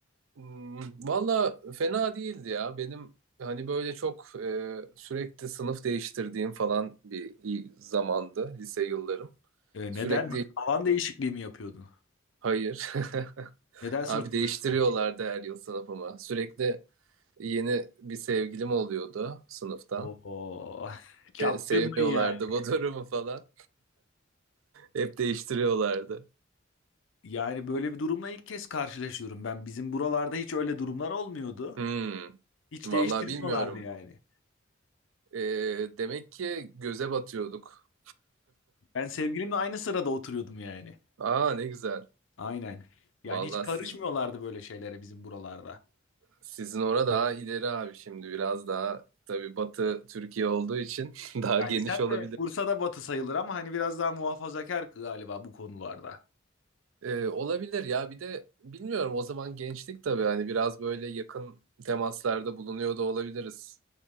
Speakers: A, on the right (about 75°); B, on the left (about 65°).
A: Hmm, Valla fena değildi ya. Benim hani böyle çok e, sürekli sınıf değiştirdiğim falan bir iyi zamandı lise yıllarım.
B: Ee,
A: Sürekli
B: neden? Alan değişikliği mi yapıyordun?
A: hayır. <laughs>
B: Neden sınıf
A: Abi değiştiriyorlardı
B: değiştirdin?
A: her yıl sınıfıma. Sürekli yeni bir sevgilim oluyordu sınıftan.
B: Oo, <laughs> çapkındın
A: Ve sevmiyorlardı
B: yani.
A: bu durumu falan. Hep değiştiriyorlardı.
B: Yani böyle bir durumla ilk kez karşılaşıyorum ben. Bizim buralarda hiç öyle durumlar olmuyordu.
A: Hmm.
B: Hiç
A: Valla
B: değiştirmiyorlardı
A: bilmiyorum.
B: yani.
A: E, demek ki göze batıyorduk.
B: Ben sevgilimle aynı sırada oturuyordum yani.
A: <laughs> Aa ne güzel.
B: Aynen. Yani
A: Vallahi
B: hiç karışmıyorlardı
A: siz
B: böyle şeylere bizim buralarda.
A: Sizin orada daha ileri abi şimdi biraz daha tabii Batı Türkiye olduğu için <laughs> daha
B: Yani
A: geniş
B: sen
A: olabilir.
B: de Bursa'da batı sayılır ama hani biraz daha muhafazakar galiba bu konularda.
A: Ee, olabilir ya bir de bilmiyorum o zaman gençlik tabii hani biraz böyle yakın temaslarda bulunuyor da olabiliriz.